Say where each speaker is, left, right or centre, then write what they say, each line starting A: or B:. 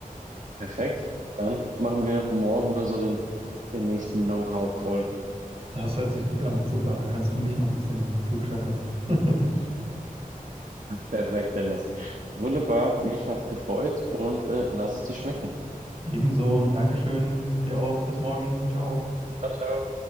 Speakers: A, on the right; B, on the right.
A: Perfekt. Dann machen wir morgen oder so den, den nächsten Know-how-Call.
B: Das hört sich gut an. Super, dann kannst du mich mal ein bisschen klugscheißern. <laughs>
A: Perfekt, Dennis. Wunderbar, mich hat's gefreut und äh, lass es dir schmecken.
B: Ebenso, Dankeschön, dir auch. Bis morgen. Ciao.
A: Ciao, ciao.